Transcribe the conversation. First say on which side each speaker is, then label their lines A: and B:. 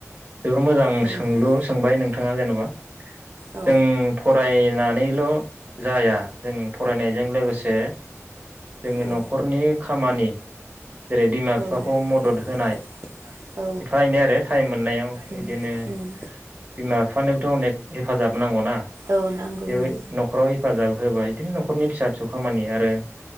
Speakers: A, on the right; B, on the right.
A: जोबोर मोजां
B: औ बेफोर
A: सोंलु सोंबाय नोंथाङा जेन'बा
B: औ
A: जों फरायनानैल' जाया जों फरायनायजों लोगोसे जोङो
B: औ
A: न'खरनि खामानि जेरै बिमा बिफाखौ
B: औ
A: मदद होनाय
B: औ औ औ
A: एफा एनै आरो टाइम मोननायाव
B: उम
A: इदिनो
B: उम
A: बिमा <unintelligible> हेफाजाब नांगौ ना
B: औ नांगौ
A: बे
B: औ
A: न'खराव हेफाजाब होबाय बिदिनो न'खरनि फिसा फिसौ खामानि आरो